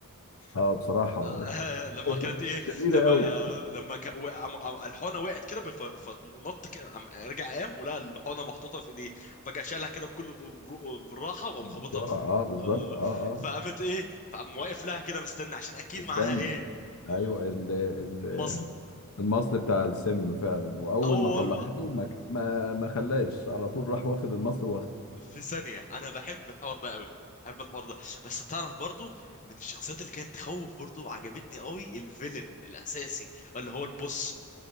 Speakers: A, on the left; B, on the left.
A: اه بصراحة
B: <laughs>
A: <laughs>
B: آه، لما كانت ايه
A: شريرة
B: لما
A: قوي
B: آه، لما ك... وقع... م- آه، الحونه وقعت كده بف... فنط كده قام- رجع قام ولقى الحونه محطوطه في ايديه فجاه شالها كده بكل ب- بر- بالراحه
A: <laughs>
B: وقام خابطها
A: بسرعة
B: في <laughs>
A: اه بالظبط
B: آه،
A: اه اه
B: فقامت ايه فقام واقف لها كده مستني عشان اكيد
A: مستني
B: معاها ايه ال-
A: ايوه ال ال
B: المصل
A: المصل بتاع السم فعلا واول
B: اول
A: ما طلعته
B: و...
A: ما ما ما خلاش على طول راح واخد المصل واخده
B: في ثانيه انا بحب الحوار ده قوي بحب الحوار ده بس تعرف برضو من الشخصيات اللي كانت تخوف برضو عجبتني قوي الفيلن الاساسي اللي هو البوس